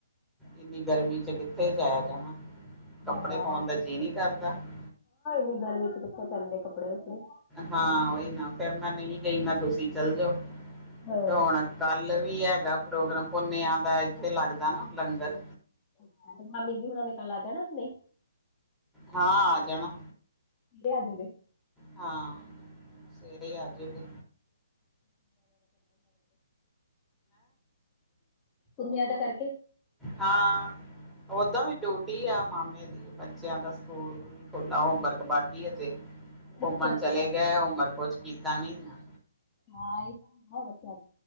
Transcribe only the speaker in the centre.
ਇੰਨੀ ਗਰਮੀ 'ਚ ਕਿੱਥੇ ਜਾਇਆ ਜਾਣਾ। ਕੱਪੜੇ
ਪਾਉਣ ਦਾ ਜੀਅ ਨਹੀਂ ਕਰਦਾ ।
ਹਾਂ ਉਹੀ ਨਾ ਫੇਰ ਮੈਂ ਨਹੀਂ ਗਈ ਮੈਂ ਕਿਹਾ ਤੁਸੀਂ ਚੱਲ ਜਾਓ।
ਤੇ ਹੁਣ ਕੱਲ ਵੀ ਹੈਗਾ ਪ੍ਰੋਗਰਾਮ ਪੁੰਨਿਆਂ ਦਾ ਇੱਥੇ ਲੱਗਦਾ ਨਾ ਲੰਗਰ।
ਹਾਂ ਆ ਜਾਣਾ।
ਹਾਂ ਸਵੇਰੇ ਆਜੇ ਗੀ।
ਹਾਂ ਓਦਾਂ ਵੀ ਡਿਊਟੀ ਆ ਮਾਮੇ ਦੀ ਬੱਚਿਆਂ ਦਾ ਸਕੂਲ। ਖੁੱਲਾ
ਉਹ ਬਰਕਬਠੀ ਅਜੇ। ਘੁੰਮਣ
ਚਲੇ ਗਏ ਉਮਰ ਕੁਛ ਕੀਤਾ ਨਹੀਂ ਆ।